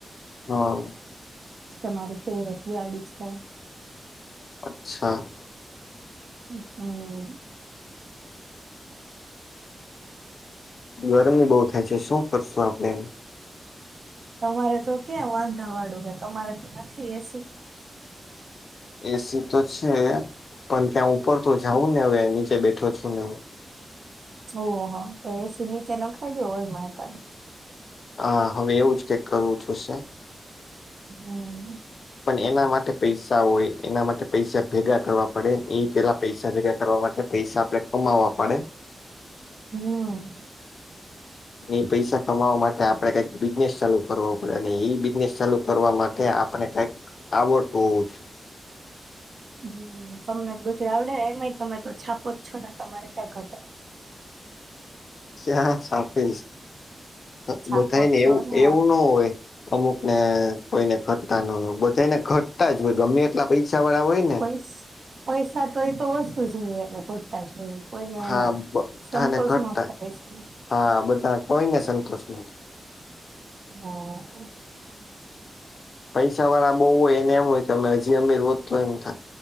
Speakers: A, on the left; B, on the right.
A: હ.
B: તમારી ફેવરેટ ગાડી છે.
A: અચ્છા.
B: <inaudible>
A: ગરમી બો થાય છે, શું કરશું આપડે?
B: તમારે તો ક્યાં વાંધા વાળું હે તમારે તો નથી એસી
A: એસી તો છે, પન ત્યાં ઉપર તો જાઉં ને હવે નીચે બેઠો છું ને હું
B: ઓહો તો એસિ નીચે નખાઈ દો હોલમાં એકાદ
A: હા હવે એવું જ કઈક કરવું જોશે
B: હમમ.
A: પણ એના માટે પૈસા હોય એના માટે પૈસા ભેગા કરવા પડે એ પેલા પૈસા ભેગા કરવા મા ટે પૈસા આપડે કમાવવા પડે
B: હમ.
A: એ પૈસા કમાવા માટે આપડે કઈક બિઝનેસ ચાલુ કરવો પડે અને ઈ બિઝનેસ ચાલુ કરવા મા ટે આપણે કંઈક આવડતું ઓવું
B: હમ તમને બધી આવડે એમાંય તમે તો છાપો જ છો ને તમારે ક્યાંય ઘટે
A: કયા છાપે છે,
B: છાપો
A: બધાયને
B: જ છો
A: એવું
B: ને
A: એવું ન હોય. અમુક ને કોઈને ઘટતા ન હોય બધાને ઘટતા જ હોય ગમે એટલા પૈસા વાળા હોય ને
B: પૈસ પૈસા તો એ તો વસ્તુ <unintelligible> તા જ હોય કોઈને
A: હા
B: એમાં
A: બધાને
B: સંતોષ
A: ઘટતા
B: ન <unintelligible>
A: જ હા બધા કોઈને સંતોષ ન
B: હા.
A: પૈસા વાળા બો હોય એને એમ હોય કે અમે હજી અમે રોત એમ થાય